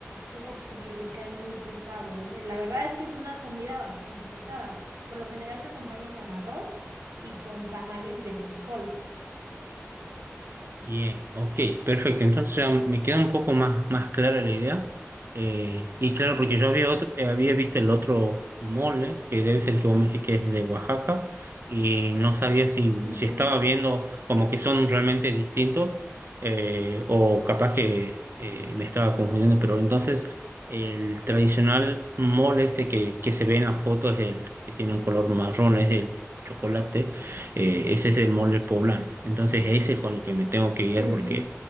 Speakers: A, on the right (about 80°); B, on the right (about 50°).
A: no, porque les cae muy pesado. Es, la verdad es que es una comida bastante pesada. Por lo general se acompaña con arroz y con tamales de frijol.
B: Bien, ok, perfecto. Entonces ya me queda un poco más, más clara la idea. Eh, y claro, porque yo había, otro, eh, había visto el otro mole, que debe ser el que vos me decís que es de Oaxaca, y no sabía si,
A: Ujú.
B: si estaba viendo como que son realmente distintos, eh, o capaz que eh, me estaba confundiendo, pero entonces el tradicional mole este que, que se ve en la foto es el que tiene un color marrón, es el chocolate eh, ese es el mole poblano. Entonces ese es con el que me tengo que guiar
A: Ujú.
B: porque